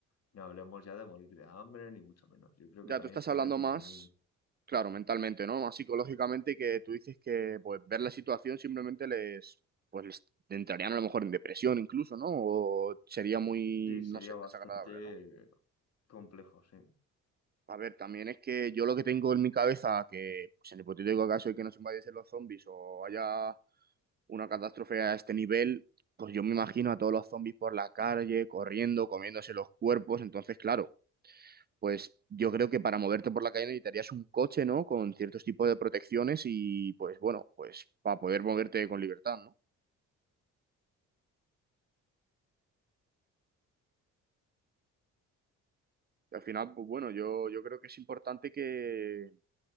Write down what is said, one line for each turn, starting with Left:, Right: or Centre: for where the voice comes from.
Left: ni hablemos ya de morir de hambre, ni mucho menos. Yo creo
Right: Ya
Left: que también
Right: tú estás
Left: sería
Right: hablando
Left: como
Right: más,
Left: muy,
Right: claro, mentalmente, ¿no? Más psicológicamente que tú dices que pues ver la situación simplemente les, pues les entrarían a lo mejor en depresión incluso, ¿no? O sería muy,
Left: sí, sería
Right: no sé,
Left: bastante
Right: desagradable, ¿no?
Left: complejo, sí.
Right: A ver, también es que yo lo que tengo en mi cabeza, que pues, en el hipotético caso de que nos invadiesen los zombies o haya una catástrofe a este nivel, pues yo me imagino a todos los zombies por la calle, corriendo, comiéndose los cuerpos, entonces, claro. Pues yo creo que para moverte por la calle necesitarías un coche, ¿no? Con ciertos tipos de protecciones y pues bueno, pues para poder moverte con libertad, ¿no? Y al final, pues bueno, yo, yo creo que es importante que